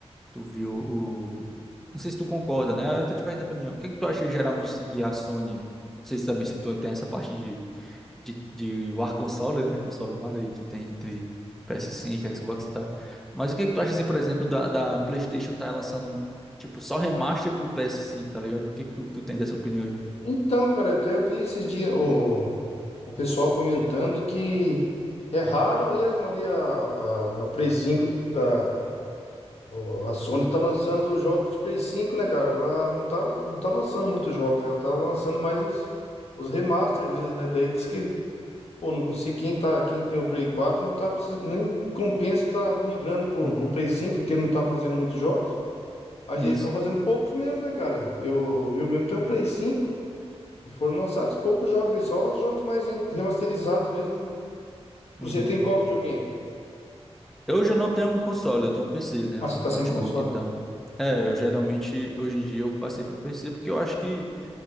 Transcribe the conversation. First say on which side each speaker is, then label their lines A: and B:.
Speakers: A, in the centre; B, on the left (about 70°).
A: Tu viu o. Não sei se tu concorda, né? Eu tô te perguntando a opinião. O que é que tu acha geralmente assim, que a Sony. Não sei se também se tu tem essa parte de, de, de War Console, né? Console War aí que tem entre PS5, Xbox e tal. Mas o que é que tu acha, assim, por exemplo, da, da PlayStation tá lançando, tipo, só remaster pro PS5, tá ligado? O que é que tu, tu tem dessa opinião aí?
B: Então, cara, até eu vi esses dias o, o pessoal comentando que é raro mesmo ali a, a, a Play cinco tá- o- a, Sony tá lançando jogos de Play cinco né, cara? Ela não tá, não tá lançando muitos jogos, né? Ela tá lançando mais os, os remasters mesmo, né? Daí diz que, pô, não consigo, quem tá, quem tem o Play quatro não tá precis- nem compensa tá migrando pro,
A: Uhum,
B: pro Play cinco porque não tá fazendo muitos jogos. Mas
A: isso.
B: eles estão fazendo poucos mesmo, né, cara? Eu, eu mesmo tenho um Play cinco e foram lançados poucos jogos, e só os jogos mais re- remasterizados mesmo, né?
A: Uhum.
B: Você tem qual videogame?
A: Eu hoje eu não tenho um console, eu tenho um PC, né?
B: Ah,
A: O
B: você tá
A: notebook
B: sem console?
A: e tal. É, eu geralmente, hoje em dia, eu passei pro PC porque eu acho que